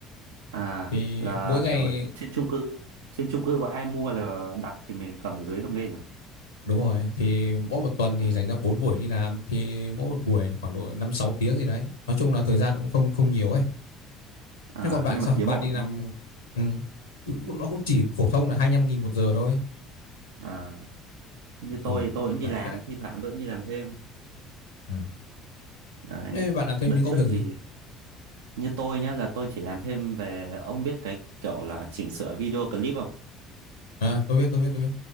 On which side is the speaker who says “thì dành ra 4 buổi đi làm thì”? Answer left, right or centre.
Left